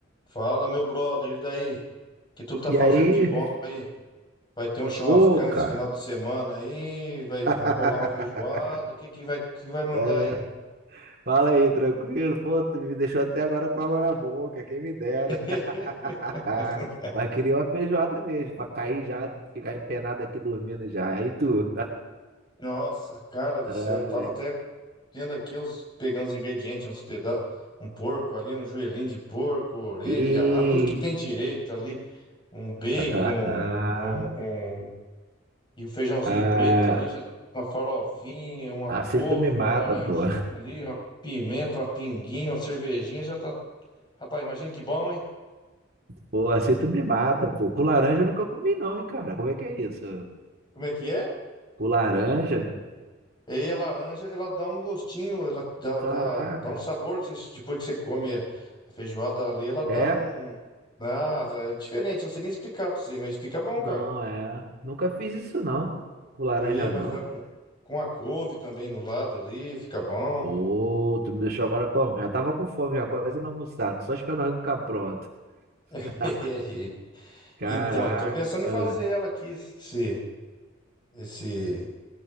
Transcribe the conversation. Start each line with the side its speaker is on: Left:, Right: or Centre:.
Left: Fala, meu brother, e daí? O que tu tá
Right: E
Left: fazendo
Right: aí,
Left: de bom aí? Vai ter um churrascão
Right: ô, cara.
Left: esse final de semana aí? Vai,
Right: <laughs>
Left: vai rolar uma feijoada? O que que vai, que vai mandar
Right: É,
Left: aí?
Right: fala aí, tranquilo? Pô, tu me deixou até agora com água na boca, quem me dera.
Left: <laughs>
Right: <laughs> Ah, mas queria uma feijoada mesmo, pra cair já, ficar empenado aqui dormindo já. Aí tu.
Left: Nossa, cara do
Right: Ah,
Left: céu, eu tava até tendo aqui uns, pegando os ingredientes, uns peda um porco ali, um joelhinho de porco, orelha,
Right: e...
Left: rabo, tudo que tem direito ali, um bacon,
Right: <laughs>
Left: um, um, um E o feijãozinho
Right: ah,
Left: preto ali, já uma farofinha, uma
Right: assim
Left: couve,
Right: tu me mata,
Left: uma laranjinha
Right: pô.
Left: ali, uma pimenta, uma pinguinha, uma cervejinha, já tá. Rapaz, imagina que bom, hein?
Right: Pô, assim tu me mata, pô. Com laranja eu nunca comi, não, hein, cara. Como é que é isso?
Left: Como é que é?
Right: Com laranja?
Left: E aí a laranja, ela dá um gostinho, ela dá,
Right: Caraca.
Left: dá, dá um sabor que você- depois que você come a feijoada ali, ela dá
Right: É?
Left: um. Ah, é diferente, não sei nem explicar pra você, mas fica bom,
Right: Não,
Left: cara.
Right: é. Nunca fiz isso, não. O laranja,
Left: E, mas
Right: não.
Left: dá com, com a couve também no lado ali, fica bom.
Right: Pô, tu me deixou agora como? Já tava com fome, já quase não almoçado. Só esperando ficar pronto.
Left: <laughs>
Right: <laughs> Caraca.
Left: Então, eu tô pensando
Right: ah,
Left: em fazer ela aqui, se. Esse,